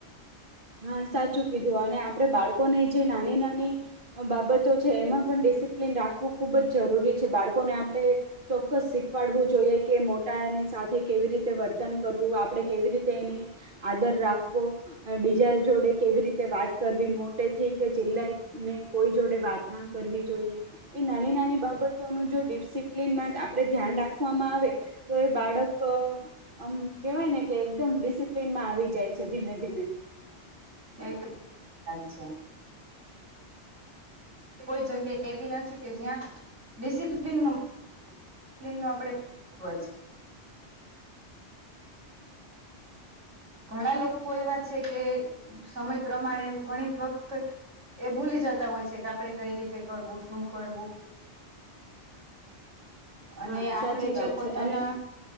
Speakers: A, on the right; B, on the right.
A: હા સાચું કીધું અને આપડે બાળકોને જે નાની નાની બાબતો છે એમાં પણ ડિસિપ્લિન રાખવું ખૂબ જ જરૂરી છે બાળકોને આપણે ચોક્કસ શીખવાડવું જોઈએ કે મોટાની સાથે કેવી રીતે વર્તન કરવું આપણે કેવી રીતે એની આદર રાખવો બીજા જોડે કેવી રીતે વાત કરવી મોટેથી કે ચિલ્લાઈ ને કોઈ જોડે વાત ના કરવી જોઈએ. એ નાની નાની બાબતોનું જો ડિસિપ્લનમાં આપડે ધ્યાન રાખવામાં આવે તો એ બાળક આમ કેવાય ને કે એકદમ ડિસિપ્લનમાં આવી જાય છે ધીમે ધીમે
B: એકદમ સાચે કોઈ જગ્યા એવી નથી કે જ્યાં ડિસિપ્લિન નું નું આપડે <unintelligible> ઘણા લોકો એવા છે કે સમય પ્રમાણે ઘણી વખત એ ભૂલી જતા હોય છે કે આપડે કઈ રીતે કરવું શું કરવું. અને
A: હા
B: આપણે
A: સાચી
B: જો
A: વાત
B: પોતાના
A: છે અને